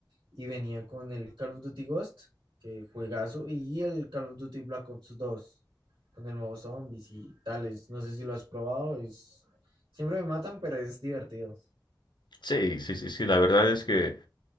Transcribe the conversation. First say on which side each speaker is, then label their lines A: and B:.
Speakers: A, on the right; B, on the left.
A: y venía con el Call of Duty Ghost, que juegazo, y el Call of Duty Black Ops 2, con el modo zombies y tales. No sé si lo has probado, es... Siempre me matan, pero es divertido.
B: Sí, sí, sí, sí. La verdad es que